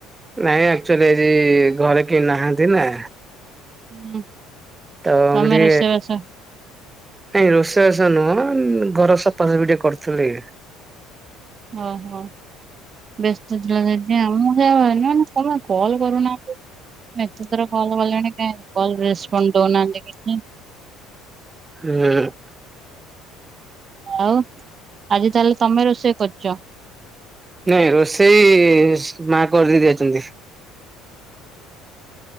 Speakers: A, on the right; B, on the right.
A: ନାଇଁ ଆଚୁଆଲି ଏ ଘରେ କେହି ନାହାନ୍ତି ନା।
B: ହୁଁ।
A: ତ
B: ତମେ
A: ଆମରି
B: ରୋଷେଇବାସ
A: ନାଇଁ ରୋଷେଇ ରଷ ନୁହଁ ଘର ସଫାସଫି ଟିକେ କରୁଥିଲି।
B: ହଁ ହଁ। ବ୍ୟସ୍ତ ଥିଲା ସେଦି ମୁଁ ଯି ମାନେ ତେ କଲ୍ କରୁନାହାନ୍ତି। ମୁଁ ଏତେଥର କଲ କଲିଣି କଲ ରେସପଣ୍ଡ ଦଉନାହାନ୍ତି କିଛି
A: ହୁଁ।
B: ଆଉ ଆଜି ତାହେଲେ ତମେ ରୋଷେଇ କରୁଛ?
A: ନାଇଁ ରୋଷେଇ ମା କରିଦେଇ ଯାଇଛନ୍ତି।